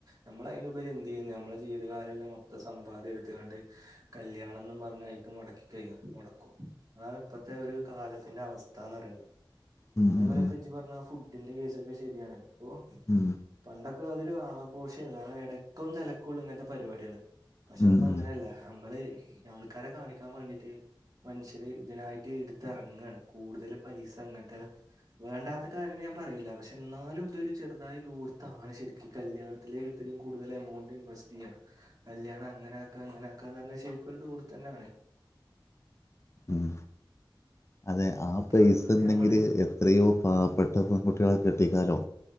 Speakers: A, on the right (about 45°); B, on the left (about 35°).
A: നമ്മൾ അയിനുപരി എന്ത് ചെയ്യും നമ്മളെ ജീവിതകാലം ഒള്ള മൊത്തം സമ്പാദ്യം എടുത്ത്കാണ്ട് കല്യാണം എന്ന് പറഞ്ഞ ആയിക്ക് മുടക്കിക്കഴ മുടക്കും അതാണ് ഇപ്പത്തെ ഒരു കാലത്തിന്റെ അവസ്ഥ എന്ന് പറയണത്.
B: ഉം,
A: അതേപോലെ
B: ഉം, ഉം,
A: പ്പ ജ്ജ് പർഞ്ഞ ആ ഫുഡിന്റെ കേസൊക്കെ ശരിയാണ് ഇപ്പോ
B: ഉം,
A: പണ്ടൊക്കെ അതൊരു ആഘോഷം ആയിരുന്നു കാരണം എടയ്ക്കും തലക്കൂള്ളു ഇങ്ങനത്തെ പരിപാടികള്. പക്ഷെ
B: ഉം,
A: ഇപ്പ അങ്ങനെയല്ല
B: ഉം,
A: നമ്മള് ആൾക്കാരെ കാണിക്കാൻ വേണ്ടീട്ട് മനുഷ്യര് ഇതിനായിട്ട് ഇടുത്തിറങ്ങാണ് കൂടുതൽ പൈസ അങ്ങൻത്തെ വേണ്ടാത്ത കാര്യം ന്ന് ഞാൻ പറയില്ല പക്ഷെ എന്നാലും ഇതൊരു ചെറുതായി ദൂർത്താണ് ശരിക്കും കല്യാണത്തിലേക്ക് ഇത്രയും കൂടുതൽ എമൗണ്ട് ഇൻവെസ്റ്റ് ചെയ്യ. കല്യാണം അങ്ങനെ ആക്ക അങ്ങനെ ആക്കാന്ന് പറഞ്ഞാ ശരിക്കും ഒരു ദൂർത്ത്ന്നെയാണ്.
B: ഉം അതെ ആ
A: അപ്പൊ
B: പൈസണ്ടെങ്കില്
A: അതൊക്കെ നമ്മള്
B: എത് ത്രയോ പാവപ്പെട്ട പെൺകുട്ടികളെ കെട്ടിക്കാലോ?